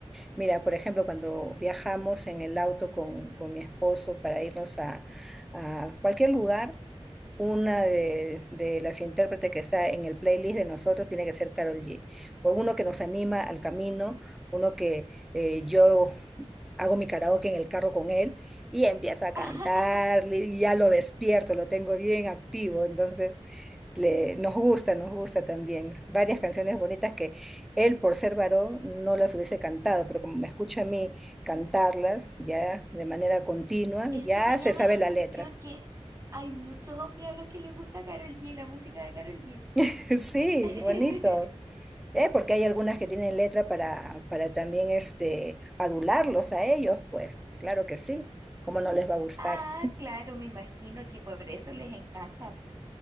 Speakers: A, in the centre; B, on the right (about 30°).
A: Mira, por ejemplo, cuando viajamos en el auto con, con mi esposo para irnos a, a cualquier lugar, una de, de las intérpretes que está en el playlist de nosotros tiene que ser Carol G. O uno que nos anima al camino, uno que eh, yo hago mi karaoke en el carro con él y empieza a cantar,
B: <laughs>
A: y ya lo despierto, lo tengo bien activo, entonces le, nos gusta, nos gusta también. Varias canciones bonitas que él, por ser varón, no las hubiese cantado, pero como me escucha a mí cantarlas ya de manera continua,
B: Eso
A: ya
B: me
A: se
B: llama
A: sabe
B: la atención
A: la letra.
B: que hay muchos hombres a los que les gusta Karol G, la música de Karol G.
A: <laughs> Sí,
B: <laughs>
A: bonito. Eh, porque hay algunas que tienen letra para, para también este, adularlos a ellos, pues claro que sí, cómo no les va a gustar.
B: Ah, claro, me imagino que por eso les encanta, po.